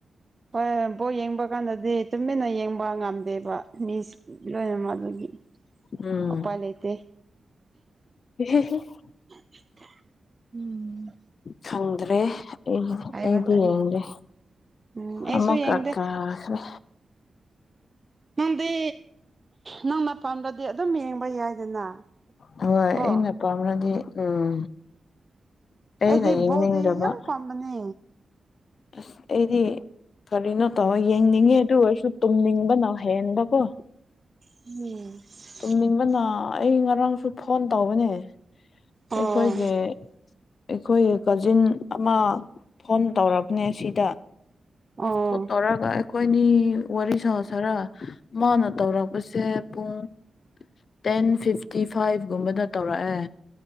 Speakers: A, on the right (about 30°); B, on the left (about 65°).
A: ꯍꯣꯏ ꯕꯣꯜ ꯌꯦꯡꯕ ꯀꯥꯟꯗꯗꯤ ꯇꯨꯃꯤꯟꯅ ꯌꯦꯡꯕ ꯉꯝꯗꯦꯕ ꯃꯤꯁꯤ <unintelligible> ꯑꯗꯨꯒꯤ
B: ꯎꯝ
A: ꯎꯄꯥꯏ ꯂꯩꯩꯇꯦ
B: <unintelligible>
A: <unintelligible> ꯎꯝ
B: ꯈꯪꯗ꯭ꯔꯦ ꯑꯩ
A: ꯍꯥꯏꯕ
B: ꯑꯩꯗꯤ
A: ꯇꯥꯔꯦ
B: ꯌꯦꯡꯗ꯭ꯦ
A: ꯎꯝ ꯑꯩꯁꯨ
B: ꯑꯃꯨꯛꯀꯥ
A: ꯌꯦꯡꯗꯦ
B: ꯀꯥꯈ꯭ꯔꯦ
A: ꯅꯪꯗꯤ ꯅꯪ ꯃꯐꯝꯗꯗꯤ ꯑꯗꯨꯝ ꯌꯦꯡꯕ ꯌꯥꯏꯗꯅ
B: ꯍꯣꯏ
A: ꯀꯣ
B: ꯑꯩꯅ ꯄꯥꯝꯂꯗꯤ ꯎꯝ ꯑꯩꯅ
A: ꯑꯩꯗꯤ
B: ꯌꯦꯡꯅꯤꯡꯗꯕ
A: ꯕꯣꯜꯗꯤ ꯌꯥꯝ ꯄꯥꯝꯕꯅꯦ
B: ꯑꯁ ꯑꯩꯗꯤ ꯀꯔꯤꯅꯣ ꯇꯧꯔ ꯌꯦꯡꯅꯤꯡꯉꯦ ꯑꯗꯨ ꯑꯣꯏꯁꯨ ꯇꯨꯝꯅꯤꯡꯕꯅꯥ ꯍꯦꯟꯕꯀꯣ
A: <unintelligible>
B: ꯇꯨꯝꯅꯤꯡꯕꯅ ꯑꯩ ꯉꯔꯥꯡꯁꯨ ꯐꯣꯟ ꯇꯧꯕꯅꯦ ꯑꯩꯈꯣꯏꯒꯤ
A: ꯑꯣ
B: ꯑꯩꯈꯣꯏꯒꯤ ꯀꯖꯤꯟ ꯑꯃ ꯐꯣꯟ ꯇꯧꯔꯕꯅꯦ ꯁꯤꯗ
A: ꯑꯣ
B: ꯀꯣꯜ ꯇꯧꯔꯒꯥ ꯑꯩꯈꯣꯏꯅꯤ ꯋꯥꯔꯤ ꯁꯥ ꯁꯤꯔꯥ ꯃꯥꯅ ꯇꯧꯔꯛꯄꯁꯦ ꯄꯨꯡ ꯇꯦꯟ ꯐꯤꯐꯇꯤ ꯐꯥꯏꯚꯒꯨꯝꯕꯗ ꯇꯧꯔꯛꯑꯦ